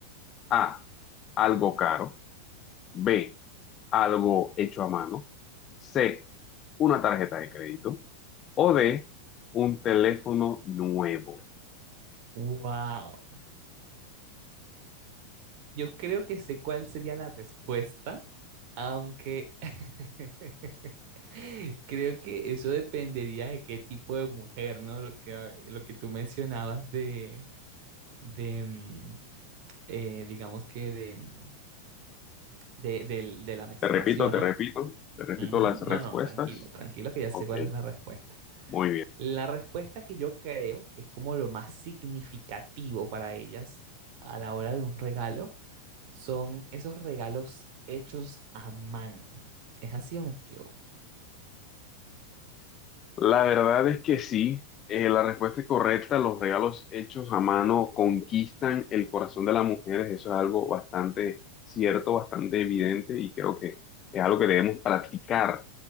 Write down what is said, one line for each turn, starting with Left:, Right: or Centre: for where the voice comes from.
Left: A, algo caro. B, algo hecho a mano. C, una tarjeta de crédito. O D, un teléfono nuevo.
Right: Wow. Yo creo que sé cuál sería la respuesta, aunque <laughs> <laughs> Creo que eso dependería de qué tipo de mujer, ¿no? Lo que, a- lo que tú mencionabas de, de mm, eh, digamos que de, mm, de, del- de la menstruación,
Left: Te repito, te
Right: ¿no?
Left: repito, te repito
Right: Ujú.
Left: las
Right: No,
Left: respuestas.
Right: no, tranquilo, tranquilo, que ya
Left: Ok,
Right: sé cuál es la respuesta.
Left: muy bien.
Right: La respuesta que yo creo que es como lo más significativo para ellas a la hora de un regalo son esos regalos hechos a mano. ¿Es así o me equivoco?
Left: La verdad es que sí, eh, la respuesta es correcta. Los regalos hechos a mano conquistan el corazón de las mujeres. Eso es algo bastante cierto, bastante evidente y creo que es algo que debemos practicar